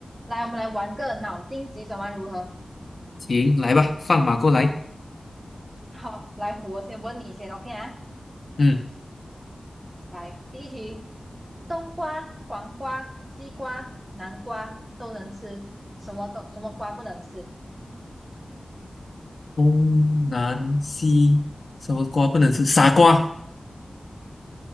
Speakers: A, on the right; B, on the left.
A: 来，我们来玩个脑筋急转弯，如何？
B: 行，来吧，放马过来。
A: 好，来，我先问你先，OK 啊？
B: 嗯，
A: 来，第一题，冬瓜、黄瓜、西瓜、南瓜都能吃，什么都什么瓜不能吃？
B: 东南西什么瓜不能吃？傻瓜。